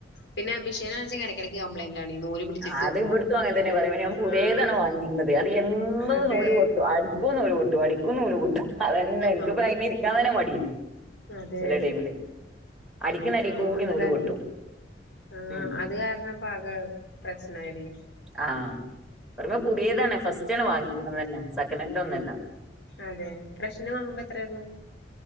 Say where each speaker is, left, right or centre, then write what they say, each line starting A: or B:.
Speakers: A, on the left; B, in the centre.
A: പിന്നെ മീഷ്യനാണെച്ച എടക്ക് എടക്ക് കംപ്ലയ്ന്റാ ആണെ നൂല് പിടിച്ചിട്ടും
B: ആഹ് അത് ഇവിട്ത്തൊം അങ്ങൻ തന്നെ പറയ ഞാൻ പുതിയതാണ്
A: ആഹ്
B: വാങ്ങിക്ക്ണതെ അത് എന്നും
A: അതെ
B: നൂല് പൊട്ടും അ അടിക്കും നൂൽപ്പൊട്ടും അടിക്കും നൂൽപ്പൊട്ടും അതന്നെ
A: ആഹ്
B: ഇൻക്ക് ഇപ്പം അയിമ്മെ ഇരിക്കാ തന്നെ മടി
A: അതെ
B: ചെല ടൈമില് അടിക്ക്ന്ന എടേക്കൂടെ
A: ആഹ്
B: നൂല്
A: അതാണേ
B: പൊട്ടും
A: ആഹ്
B: ഉം
A: അത് കാര്ണം ഇപ്പ ആകെ പ്രശ്നായത്
B: ആഹ് അതിപ്പം പുതിയതാണ് ഫസ്റ്റണ് വാങ്ങിക്ക്ണ്തന്നെ സെക്കനാന്റൊന്നുമല്ല
A: അതെ ഫ്രഷ്ന് വാങ്ങുമ്പൊ എത്രയാത്